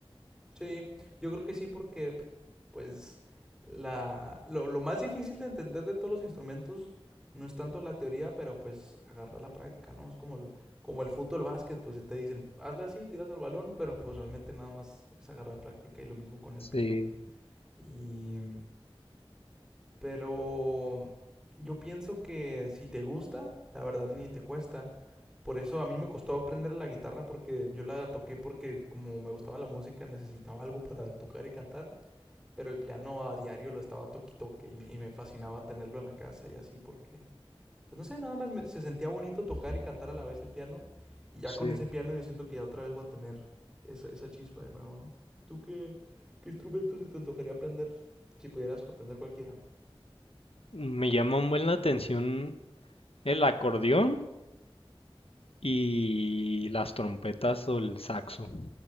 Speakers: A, in the centre; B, on the left.
A: Sí, yo creo que sí, porque p- pues la, lo, lo más difícil de entender de todos los instrumentos no es tanto la teoría, pero pues agarrar la práctica, ¿no? Es como lo, como el fútbol, el básquet, pues ya te dicen, hazle así, tiras al balón, pero pues realmente nada más es agarrar práctica y lo mismo con el
B: Sí,
A: piano. Y pero yo pienso que si te gusta, la verdad ni te cuesta. Por eso a mí me costó aprender la guitarra porque yo la toqué porque como me gustaba la música necesitaba algo para tocar y cantar. Pero el piano a diario lo estaba toque y toque y, me- y me fascinaba tenerlo en la casa y así porque, pues no sé, nada más me- se sentía bonito tocar y cantar a la vez el piano. Y ya
B: sí.
A: con ese piano yo siento que ya otra vez voy a tener esa, esa chispa de nuevo, ¿no? ¿Tú qué, qué instrumento se te antojaría aprender si pudieras aprender cualquiera?
B: Me llama un buen la atención el acordeón y las trompetas o el saxo.